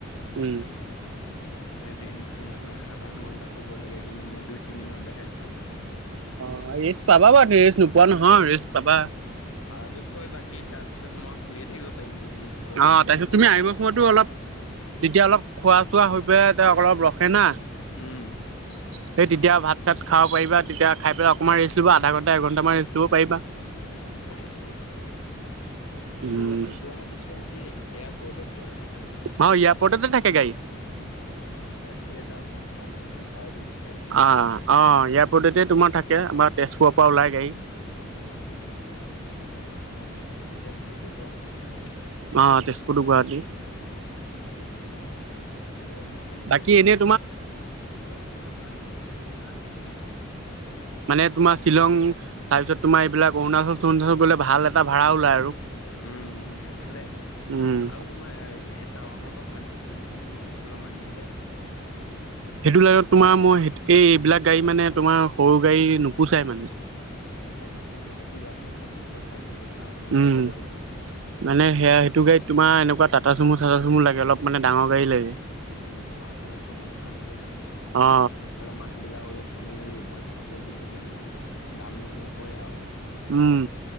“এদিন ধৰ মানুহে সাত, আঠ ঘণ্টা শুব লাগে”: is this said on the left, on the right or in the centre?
Left